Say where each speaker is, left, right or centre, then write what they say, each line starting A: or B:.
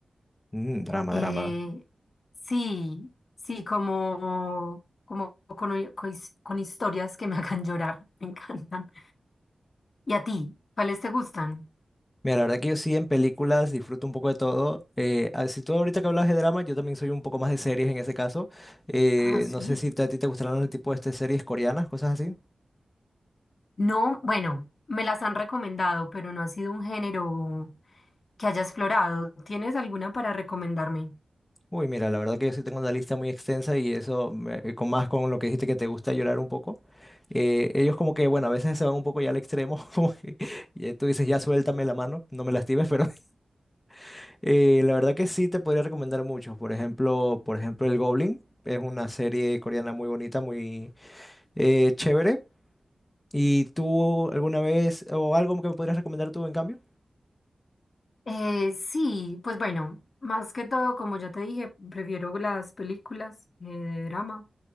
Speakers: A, on the left (about 20°); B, on the left (about 60°).
A: Mm, drama,
B: Eh,
A: drama.
B: sí, sí, como, como con, hi- con his- con historias que me <laughs> hagan llorar, me encantan. ¿Y a ti? ¿Cuáles te gustan?
A: Mira, la verdad que yo sí en películas disfruto un poco de todo. Eh, ah, si tú ahorita que hablas de drama, yo también soy un poco más de series en ese caso. Eh,
B: Ah, sí.
A: no sé si te- a ti te gustarán los tipos de este, series coreanas, cosas así.
B: No, bueno, me las han recomendado, pero no ha sido un género que haya explorado. ¿Tienes alguna para recomendarme?
A: Uy, mira, la verdad que yo sí tengo una lista muy extensa y eso, me- eh, con más con lo que dijiste que te gusta llorar un poco. eh, ellos como que, bueno, a veces se van un poco ya al extremo, <laughs> como que eh, tú dices, ya suéltame la mano, no me lastimes, pero <laughs> eh, la verdad que sí te podría recomendar muchos. Por ejemplo, por ejemplo, El Goblin es una serie coreana muy bonita, muy eh, chévere. ¿Y tú alguna vez o algo que me podrías recomendar tú en cambio?
B: Eh, sí, pues bueno, más que todo, como ya te dije, prefiero las películas eh, de drama.